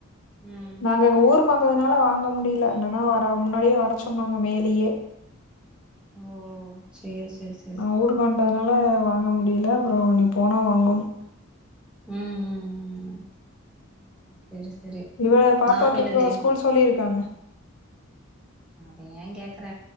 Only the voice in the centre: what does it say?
ம்
ஓ சேரி சேரி சேரி
ம் ம் ம் ஓ சேரி சேரி
நாங்க என்ன
தெரியும்
அத ஏ கேக்குற